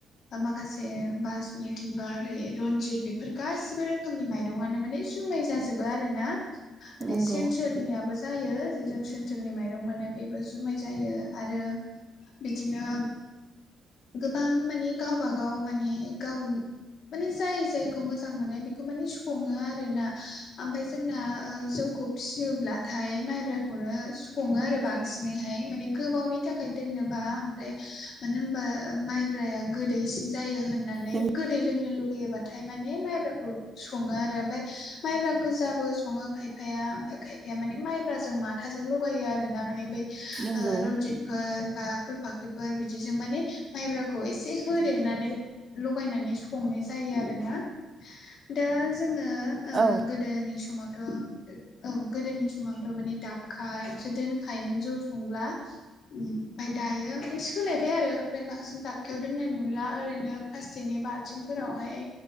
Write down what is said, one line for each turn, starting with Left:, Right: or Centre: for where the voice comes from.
Left: माखासे बासमति बा ओरै रनजित बेफोर गासिबो रोखोमनि माइरंआनो माने जुमाय जाजोबो आरोना ओरै
Right: नंगौ
Left: सेन्ट्रेलनियाबो जायो जे जों सेन्ट्रेलनि माइरं मोने बेबो जुमाय जायो आरो बिदिनो गोबां माने गावबागाव माने गाव माने जाय जायखौ मोजां मोननाय बेखौ माने सङो आरो ना ओमफाय जोंना जौखौ फिसियोब्ला हाथाय माइब्राखौनो सङो आरो बांसिनैहाय माने गोबावनि थाखाय दोननोबा ओमफ्राय मानो होनबा माइब्राया गोदैसिन जायो होननानै
Right: नंगौ
Left: गोदै लोंनो लुबैयो। बाथाय माने बे माइब्राखौ सङो आरो मफ्राय माइब्रा गोजाबो सङो खायफाया मफ्राय खायफाया खायफाया माने माइब्राजों माथाजों लगायो आरो ना माने बै
Right: नंगौ
Left: रनजित फोर बा फुल फाख्रिफोर बिदिजों माने माइब्राखौ एसे होदेरनानै लगायनानै संनाय जायो आरोना दा जोङो ओ
Right: औ
Left: गोदोनि समावथ' औ गोदोनि समावथ' माने दाबखायावसो दोनखायोमोन जौ संब्ला ओमफफ्राय दायो ओमफ्राय सोलायबाय आरो ओमफ्राय बांसिन दाबखायाव दोननाय नुला ओरैनो फ्लासथिखनि बालथिंफोरावहाय